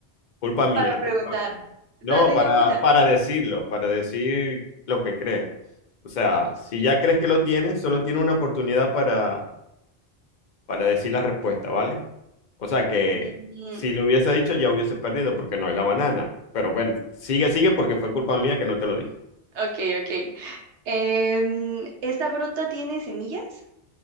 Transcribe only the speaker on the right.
Para preguntar.
Yo
tengo
una.
Mm,
ok, ok. Em, ¿esta fruta tiene semillas?